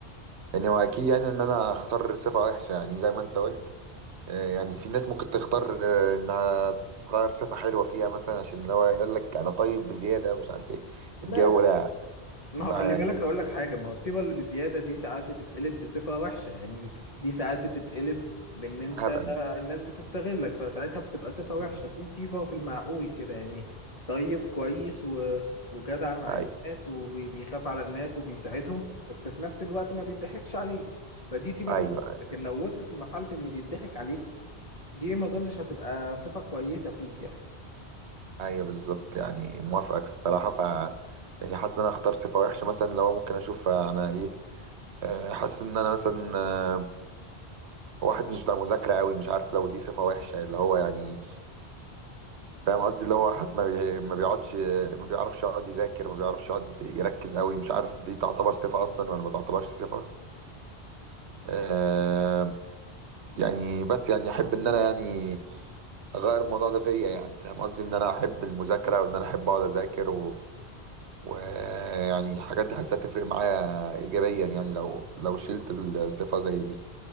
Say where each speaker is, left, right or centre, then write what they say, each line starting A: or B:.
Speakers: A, on the right (about 85°); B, on the left (about 35°).
A: يعني هو اكيد يعني ان انا اختار صفة وحشة يعني زي ما انت قلت آه، يعني في ناس ممكن تختار آه، انها تغير صفة حلوة فيها مثلا عشان اللي هو يقول لك انا طيب بزيادة مش عارف ايه
B: لا
A: الجو ده يعني.
B: ما
A: فيعني
B: هو خلي بالك هقول لك حاجة ما هو الطيبة اللي بزيادة دي ساعات بتتقلب بصفة وحشة يعني دي, دي ساعات بتتقلب بإن أنت
A: هبل
B: آه، الناس بتستغلك فساعتها بتبقى صفة وحشة
A: مم.
B: في طيبة في المعقول كده يعني طيب كويس و... وجدع مع
A: ايوه
B: الناس وبيخاف على الناس وبيساعدهم بس في نفس الوقت ما بيضحكش عليه فدي طيبة
A: ايوه
B: كويسة لكن لو وصلت لمرحلة إن بيضحك عليك دي ما أظنش هتبقى صفة كويسة فيك يعني
A: ايوه بالظبط يعني موافقك الصراحة ف يعني حاسس ان انا اختار صفة وحشة مثلا لو ممكن اشوف آه، انا ايه آه، حاسس ان انا مثلا آه، واحد مش بتاع مذاكرة قوي مش عارف لو دي صفة وحشة اللي هو يعني فاهم قصدي اللي هو واحد ما بي... ما بيقعدش ما بيعرفش يقعد يذاكر ما بيعرفش يقعد يركز قوي مش عارف دي تعتبر صفة أصلا ولا ما تعتبرش صفة آه... يعني بس يعني أحب إن أنا يعني أغير الموضوع ده فيا يعني فاهم قصدي إن أنا أحب المذاكرة وإن أنا أحب أقعد أذاكر و... ويعني الحاجات دي حاسة تفرق معايا إيجابيا يعني لو لو شلت الصفة زي دي